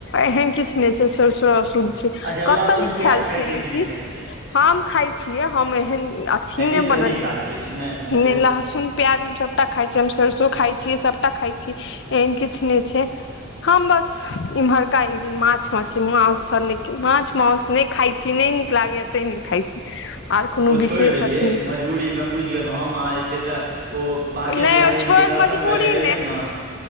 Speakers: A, on the left; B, on the right.
A: एहन किछु स कायल छी
B: अच्छा लहसुन
A: कता लिखाएल
B: प्याज खाइ
A: छै
B: छियै
A: ई
B: कि नहि
A: चीज
B: खाइ छियै
A: हम ख छियै हम एहन अथी नहि
B: ई तऽ
A: बनलै
B: नीक काज करै छी
A: नहि
B: बहुत
A: लहसुन
B: नीक
A: प्याज हम सबटा खाई छी हम सरसो खााय छी सबटा खा छी एन किछ नहि छै हम बस इहरा का माछ मछी मास सब नीक माछ मासस नहि खाय छी नहि नीक लागैया तय नहि खाइ छी आर कोनो
B: ओ छोड़ि
A: विशेष
B: देलियै
A: अथी नहि छै।
B: मजबूरीमे बुझि गेलहुँ हम अहाँ जे छै से ओ बाँके
A: नहि
B: बिहारी
A: ओ छोड़
B: ज दर्शन
A: मजबूरी
B: करै लए गेलियनि ने